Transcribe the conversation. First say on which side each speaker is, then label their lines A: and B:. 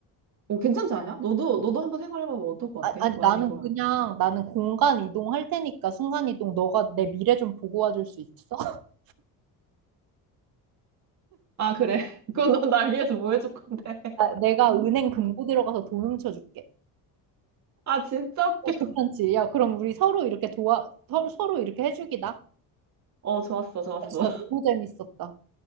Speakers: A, on the right (about 45°); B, on the right (about 65°).
A: 어 괜찮지 않아? 너도 너도 한번 생각해봐봐 어떨 것
B: 아,
A: 같아?
B: 아니,
A: 만약에
B: 나는
A: 그럼
B: 그냥, 나는 공간 이동할 테니까 순간 이동, 너가 내 미래 좀 보고 와줄 수 있어? <laughs>
A: 아 그래 <laughs> 그건 너 날 위해서 뭐 해줄 건데
B: 나, 내가 은행 금고
A: <laughs>
B: 들어가서 돈 훔쳐줄게.
A: 아 진짜 웃겨
B: 어, 괜찮지? 야, 그럼 우리 서로 이렇게 도와, 서, 서로 이렇게 해주기다. 야,
A: 어 좋았어 좋았어
B: 진짜 너무 재밌었다.